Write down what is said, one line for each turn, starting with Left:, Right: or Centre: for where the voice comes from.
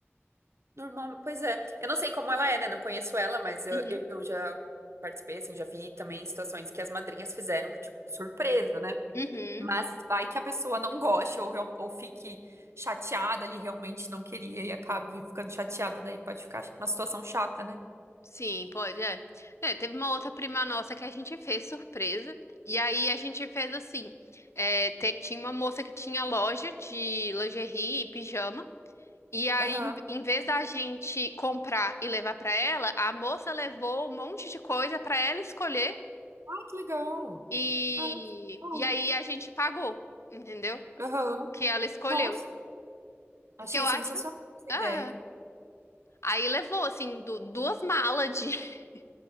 Right: Normal, pois é. Eu não sei como ela é, né? Não conheço ela, mas eu,
Left: Uhum.
Right: eu eu já participei, assim, já vi também situações que as madrinhas fizeram, tipo, surpresa, né?
Left: Uhum.
Right: Mas vai que a pessoa não goste ou, real- ou fique chateada ali, realmente não queria e acabe ficando chateada, daí pode ficar uma situação chata, né?
Left: Sim, pode, é. É, teve uma outra prima nossa que a gente fez surpresa. E aí a gente fez assim: é, te- tinha uma moça que tinha loja de lingerie e pijama. E aí,
Right: Aham.
Left: em, em vez da gente comprar e levar pra ela, a moça levou um monte de coisa pra ela escolher.
Right: Ai, que legal.
Left: E,
Right: Ah, que bom.
Left: e aí a gente pagou, entendeu?
Right: Aham.
Left: O que ela escolheu.
Right: Nossa, achei
Left: O que eu acho.
Right: sensacional essa
Left: É.
Right: ideia.
Left: Aí levou, assim, du- duas malas de, <laughs>